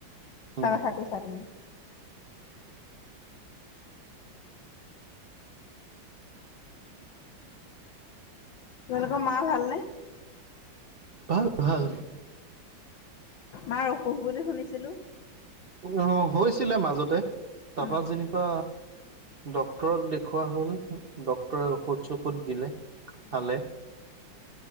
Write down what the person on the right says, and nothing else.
উম
ভাল ভাল।
উ হৈছিলে মাজতে তাৰপা
যেনিবা, ড্ক্তৰক দেখুওৱা হল। ড্ক্তৰে ঔষধ চৌষধ দিলে।
খালে